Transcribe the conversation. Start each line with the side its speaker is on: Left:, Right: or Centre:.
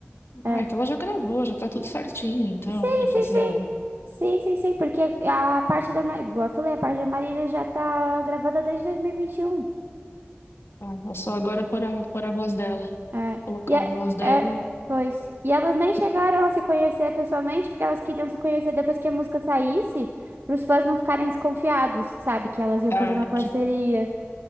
Right: É.
Left: ah, então ela já gravou, já tá tudo certinho, então,
Right: Sim,
Left: para fazer
Right: sim, sim.
Left: a,
Right: Sim, sim, sim, porque a parte da, Ma- igual eu falei, a parte da Marília já tá gravada desde 2021.
Left: a- é só agora pôr a, pôr a voz dela,
Right: É.
Left: colocar
Right: E é,
Left: a voz dela.
Right: é, pois. E elas nem chegaram a se conhecer pessoalmente, porque elas queriam se conhecer depois que a música saísse, para os fãs não ficarem desconfiados, sabe? Que elas iam
Left: Ah,
Right: fazer uma parceria.
Left: que,